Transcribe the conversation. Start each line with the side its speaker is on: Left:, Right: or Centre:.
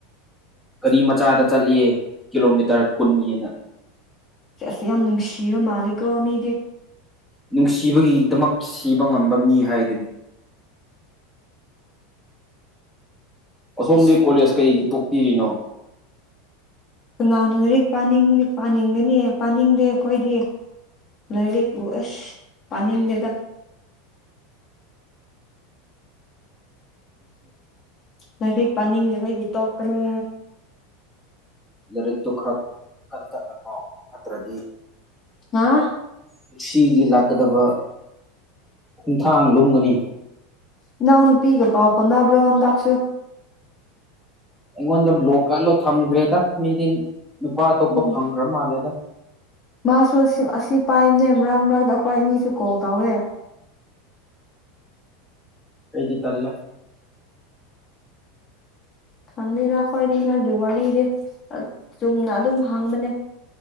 Centre: ꯒꯥꯔꯤ ꯃꯆꯥꯗ ꯆꯠꯂꯤꯌꯦ ꯀꯤꯂꯣꯃꯤꯇꯔ ꯀꯨꯟ ꯍꯦꯟꯅꯥ
Left: ꯆꯦꯁ ꯌꯥꯝ ꯅꯨꯡꯁꯤꯕ ꯃꯥꯜꯂꯤꯀꯣ ꯃꯤꯗꯤ
Centre: ꯅꯨꯡꯁꯤꯕꯒꯤꯗꯃꯛ ꯁꯤꯕ ꯉꯝꯕ ꯃꯤ ꯍꯥꯏꯗꯨꯅꯤ ꯑꯁꯣꯝꯗꯤ
Left: ꯑꯁ
Centre: ꯀꯣꯂꯦꯖ ꯀꯩꯒꯤ ꯇꯣꯛꯄꯤꯔꯤꯅꯣ
Left: ꯀꯅꯥꯅ ꯂꯥꯏꯔꯤꯛ ꯄꯥꯅꯤꯡ ꯄꯥꯅꯤꯡꯒꯅꯤ ꯄꯥꯅꯤꯡꯗꯦ ꯑꯩꯈꯣꯏꯗꯤ ꯂꯥꯏꯔꯤꯛꯄꯨ ꯑꯁ ꯄꯥꯅꯤꯡꯗꯦꯗ <inaudible> ꯂꯥꯏꯔꯤꯛ ꯄꯥꯅꯤꯡꯗꯕꯒꯤ ꯇꯣꯛꯄꯅꯦ
Centre: ꯂꯥꯏꯔꯤꯛꯇꯣ ꯈꯔ ꯀꯟ ꯀꯟꯅ ꯄꯥꯎ ꯅꯠꯇ꯭ꯔꯗꯤ
Left: ꯅꯥ
Centre: ꯄꯨꯟꯁꯤꯒꯤ ꯂꯥꯛꯀꯗꯕ ꯈꯣꯡꯊꯥꯡ ꯂꯨꯝꯒꯅꯤ
Left: ꯏꯅꯥꯎ ꯅꯨꯄꯤꯒ ꯄꯥꯎ ꯐꯥꯎꯅꯕ꯭ꯔꯣ ꯍꯟꯗꯛꯁꯨ
Centre: ꯑꯩꯉꯣꯟꯗ ꯕ꯭ꯂꯣꯛꯀ ꯂꯣꯏ ꯊꯝꯈ꯭ꯔꯦꯗ ꯃꯤꯗꯤ ꯅꯨꯄꯥ ꯑꯇꯣꯞꯄ
Left: ꯎꯝ
Centre: ꯐꯪꯒ꯭ꯔ ꯃꯥꯜꯂꯦꯗ
Left: ꯃꯥꯁꯨ ꯑꯁꯤ ꯑꯁꯤ ꯄꯥꯏꯕꯅꯦ ꯃꯔꯛ ꯃꯔꯛꯇ ꯑꯩꯈꯣꯏ ꯑꯅꯤꯁꯨ ꯀꯣꯜ ꯇꯧꯋꯦ
Centre: ꯑꯩꯗꯤ ꯇꯜꯂ‌ꯦ
Left: ꯈꯪꯗ‌ꯦꯗ ꯑꯩꯈꯣꯏꯗꯤ ꯅꫭꯏꯒꯤ ꯋꯥꯔꯤꯗꯤ ꯑ ꯆꯨꯝꯅ ꯑꯗꯨꯝ ꯍꯥꯡꯕꯅꯦ